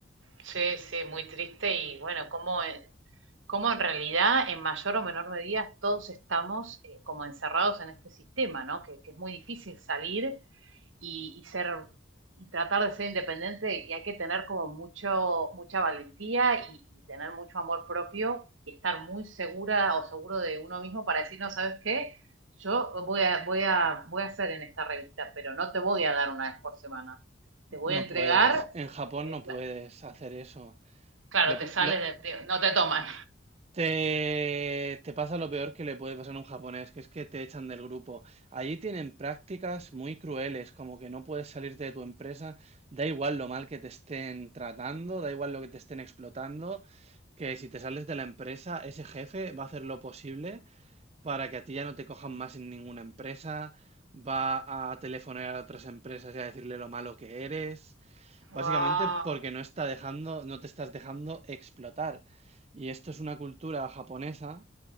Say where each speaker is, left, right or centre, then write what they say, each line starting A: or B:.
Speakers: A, on the right; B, on the right.
A: Sí, sí, muy triste y bueno, como cómo en realidad, en mayor o menor medida, todos estamos eh, como encerrados en este sistema, ¿no? Que, que es muy difícil salir y, y ser y tratar de ser independiente y hay que tener como mucho, mucha valentía y, y tener mucho amor propio y estar muy segura o seguro de uno mismo para decir, no, ¿sabes qué? Yo voy a, voy a, voy a hacer en esta revista, pero no te voy a dar una vez por semana. Te voy
B: No
A: a entregar,
B: puedes, en Japón
A: eh,
B: no puedes
A: cla-
B: hacer eso.
A: claro,
B: Lo
A: te
B: pri-
A: sales
B: lo-
A: de, de- no te toman.
B: te, te pasa lo peor que le puede pasar a un japonés, que es que te echan del grupo. Allí tienen prácticas muy crueles, como que no puedes salirte de tu empresa, da igual lo mal que te estén tratando, da igual lo que te estén explotando, que si te sales de la empresa, ese jefe va a hacer lo posible para que a ti ya no te cojan más en ninguna empresa, va a telefonear a otras empresas y a decirle lo malo que eres, básicamente
A: Wow.
B: porque no está dejando, no te estás dejando explotar. Y esto es una cultura japonesa